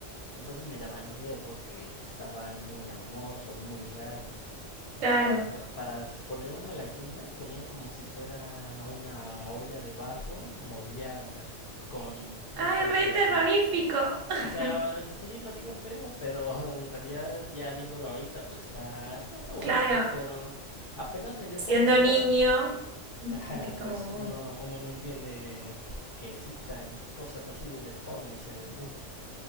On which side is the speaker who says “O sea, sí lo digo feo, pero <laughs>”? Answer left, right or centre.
Left